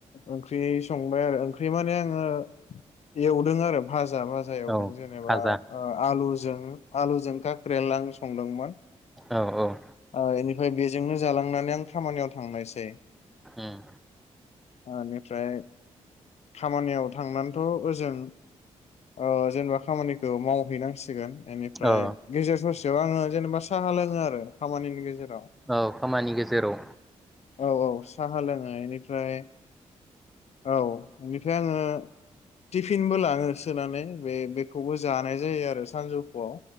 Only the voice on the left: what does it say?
ओंख्रि संबाय आरो ओंख्रि माने आङो एवदों आरो भाजा भाजा एवदों
जेनेबा
ओ आलु जों आलुजों काक्रेला आं संदोंमोन
ओ इनिफ्राय बेजोंनो जालांनानै आं खामानियाव थांनायसै
ओनिफ्राय खामानियाव थांनानैथ' ओजों ओ जेनेबा खामानिखौ मावहैनांसिगोन बेनिफ्राय
गेजेर ससे बेआव आङो जेनेबा साहा लोङो आरो खामानिनि गेजेर
औ औ साहा लोङो एनिफ्राय औ बेनिफ्राय आङो टिफिनबो लाङो सोनानै बे बेखौबो जानाय जायो आरो सानजौफुआव